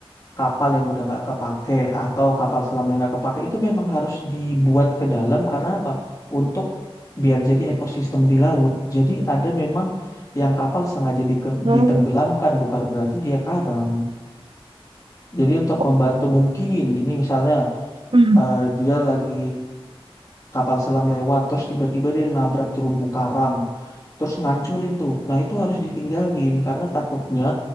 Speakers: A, on the left; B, on the right.
A: kapal yang udah nggak kepake atau kapal selam yang nggak kepake itu memang harus dibuat ke dalam karena apa? Untuk biar jadi ekosistem di laut. Jadi ada memang yang kapal sengaja dike-
B: Oh.
A: ditenggelamkan bukan berarti dia karam. Jadi untuk
B: oh,
A: membantu mungkin gini misalnya
B: Hmm.
A: eh, dia lagi kapal selam lewat terus tiba-tiba dia nabrak terumbu karang terus ngancurin tuh. Nah, itu harus ditinggalin karena takutnya